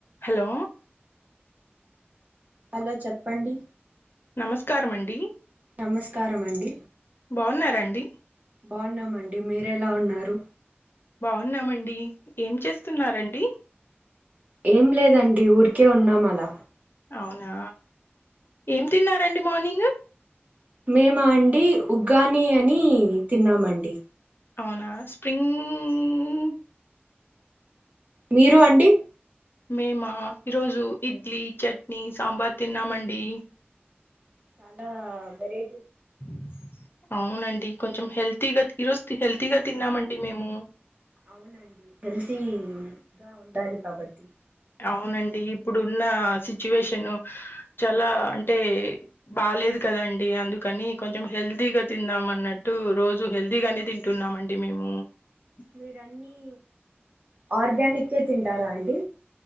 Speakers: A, on the left; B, on the right.
A: Hello
B: hello చెప్పండి
A: నమస్కారమండి
B: నమస్కారం అండి
A: బాగున్నారండి
B: బాగున్నామండి మీరేలా ఉన్నారు
A: బాగున్నామండి ఏం చేస్తున్నారండి
B: ఏం లేదండి ఊరికే ఉన్నాం అలా
A: అవునా ఏం తిన్నారండి మార్నింగు
B: మేమ అండి ఉగ్గాని అని తిన్నామండి
A: అవునా స్ప్రింగ్
B: మీరు అండి
A: మేమా ఈరోజు ఇడ్లీ చట్నీ సాంబార్ తిన్నామండి
B: చాలా వెరై
A: <inaudible> అవునండి కొంచెం హెల్తీగా ఈరోజు హెల్తీగా తిన్నామండి మేము
B: అవునండి హెల్తీ గా ఉండాలి కాబట్టి
A: అవునండి ఇప్పుడు ఉన్న సిచ్యువేషన్ చాలా అంటే బాలేదు క కదండి అందుకని కొంచెం హెల్దీగా తిందాం అన్నట్టు రోజు హెల్దీగానే తింటున్నామండీ మేము ఆ
B: మీరున్నీ ఆర్గానిక్ కే తింటారా అండి